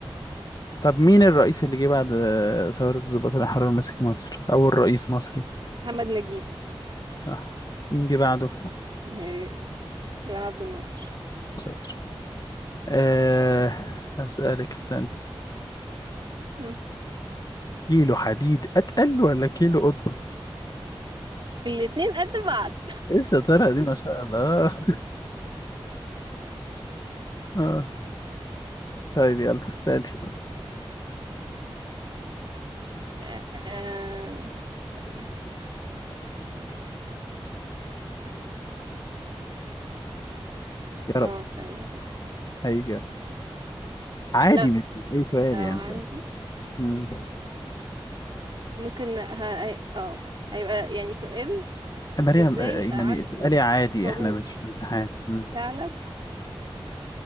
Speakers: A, on the left; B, on the right.
A: طب مين الرئيس اللي جه بعد آه، ثورة الضباط الأحرار مسك مصر أول رئيس مصري
B: محمد نجيب
A: صح مين جه بعده
B: <laughs> آه، جمال عبد الناصر
A: شاطر أه أسألك استنى
B: مم.
A: كيلو حديد أتقل ولا كيلو قطن
B: الاتنين قد بعض
A: إيه الشطارة دي ما شاء الله <laughs> آه. طيب يلا سألي
B: آه... ثانية
A: يا
B: اه
A: رب
B: ثانية هقول
A: هيجي عادي
B: لو
A: من أي سؤال
B: لو
A: يعني
B: عندي
A: مم.
B: ممكن ه... اه هيبقى يعني سؤال
A: مريم
B: ازاي
A: آه، يعني
B: أعدي
A: اسألي عادي
B: خروف
A: إحنا مش في امتحان مم.
B: وثعلب